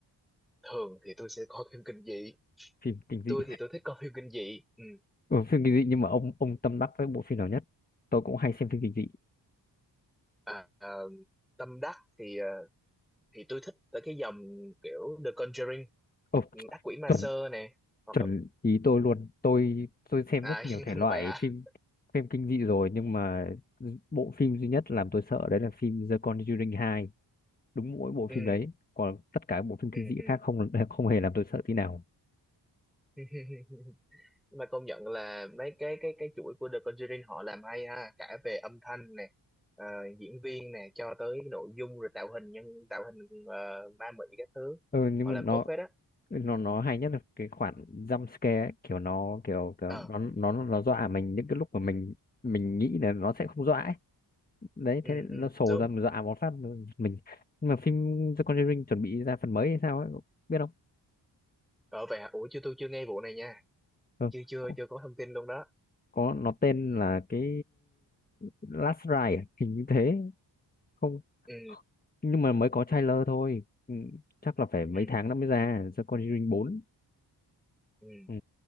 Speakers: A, in the centre; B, on the left.
A: Thường thì tôi sẽ coi phim kinh dị.
B: Phim kinh dị.
A: Tôi thì tôi thích coi phim kinh dị. Ừ.
B: ừ, phim kinh dị nhưng mà ông ông tâm đắc với bộ phim nào nhất tôi cũng hay xem phim kinh dị
A: À, ờ, Tâm Đắc thì ờ, thì tôi thích tới cái dòng kiểu The Conjuring
B: Ồ,
A: ừ, ác quỷ ma
B: chuẩn
A: sơ nè hoặc
B: chuẩn
A: là-
B: ý tôi luôn tôi tôi xem
A: à,
B: rất nhiều
A: <laughs>
B: thể loại
A: vậy hả
B: phim phim kinh dị rồi nhưng mà bộ phim duy nhất làm tôi sợ đấy là phim The Conjuring 2 đúng mỗi bộ phim
A: ừ
B: đấy còn tất cả các bộ phim
A: ừ
B: kinh dị
A: ừ
B: khác không <laughs> không hề làm tôi sợ tí nào
A: <laughs> Nhưng mà công nhận là mấy cái cái cái chuỗi của The Conjuring họ làm hay ha cả về âm thanh nè ờ, diễn viên nè cho tới nội dung rồi tạo hình nhân tạo hình ờ, ma mị các thứ
B: ừ, nhưng
A: họ
B: mà
A: làm
B: nó
A: tốt phết á
B: nó nó hay nhất là cái khoản jump scare ấy, kiểu nó kiểu, kiểu
A: ờ
B: nó nó nó dọa mình những cái lúc mà mình mình nghĩ là nó sẽ không dọa ấy đấy
A: ừ
B: thế nên
A: ừ
B: nó sổ
A: đúng
B: ra mình dọa một phát mình nhưng mà phim The Conjuring chuẩn bị ra phần mới hay sao ấy biết không
A: ờ vậy hả ủa chưa tôi chưa nghe vụ này nha
B: ừ.
A: chưa chưa
B: có,
A: chưa có thông tin luôn đó
B: có nó tên là cái Last Ride à? hình như thế không
A: ừ
B: nhưng mà mới có trailer thôi ừ. chắc là phải mấy
A: ừ
B: tháng nữa mới ra The Conjuring 4
A: ừ
B: ừ.